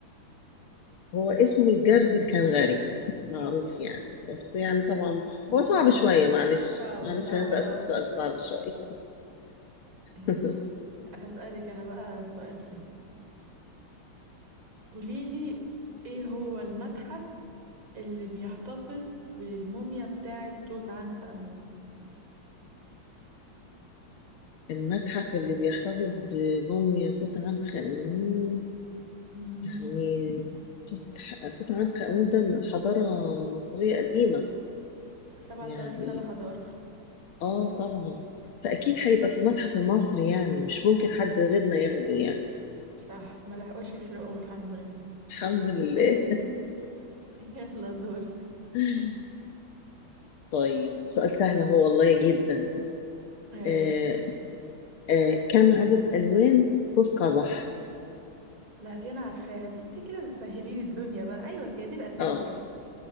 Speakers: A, on the left; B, on the right.
A: هو اسمه الجرز الكنغري معروف يعني بس يعني
B: <laughs>
A: طبعا هو
B: صعبة
A: صعب شوية معلش
B: صعبة
A: معلش
B: صعبة.
A: أنا سألتك
B: اه
A: سؤال صعب شوية <laughs>
B: ماشي هسألك انا بقى سؤال تاني قوليلي ايه هو المتحف اللي بيحتفظ بالموميا بتاعة توت عنخ آمون
A: المتحف اللي بيحتفظ بموميا توت عنخ آمون
B: مم.
A: يعني توت توت عنخ آمون ده من حضارة مصرية قديمة
B: سبعة
A: يعني
B: آلاف سنة حضارة
A: اه طبعا فأكيد هيبقى في المتحف المصري يعني مش ممكن حد غيرنا ياخده يعني
B: صح ما لحقوش يسرقوه الحمد لله
A: الحمد لله
B: <laughs> يلا دورك
A: <laughs> طيب سؤال سهل هو والله جدا
B: ماشي
A: آه آه كم عدد ألوان قوس قزح؟
B: لا دي أنا عارفاها دي انت كده بتسهلي لي الدنيا بقى أيوة كده دي الأسئلة
A: اه
B: الحلوة